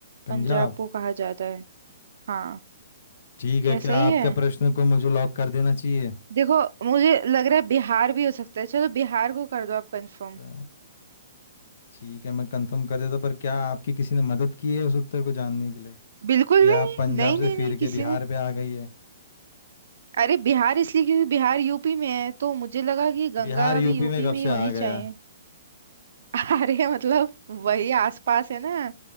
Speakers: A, on the left (about 60°); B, on the right (about 65°).
A: पंजाब
B: पंजाब को कहा जाता है हाँ
A: ठीक
B: क्या
A: है क्या
B: सही
A: आपके
B: है
A: प्रश्न को मुझे लॉक कर देना चाहिए
B: देखो मुझे लग रहा है बिहार भी हो सकता है चलो बिहार को कर दो आप कंफर्म
A: अच्छा, ठीक है मैं कंफर्म कर देता पर क्या आपकी किसी ने मदद की है उस उत्तर को जानने के लिए
B: बिल्कुल भी
A: या
B: नहीं
A: आप पंजाब
B: नहीं
A: से
B: नहीं
A: फिर
B: नहीं
A: के
B: किसी
A: बिहार
B: ने
A: पे आ गई है
B: अरे बिहार इसलिए क्योंकि बिहार यूपी में है तो मुझे लगा कि गंगा
A: बिहार यूपी
B: भी यूपी
A: में कब
B: में ही
A: से
B: होनी
A: आ गया
B: चाहिए <laughs> अरे मतलब वही आसपास है ना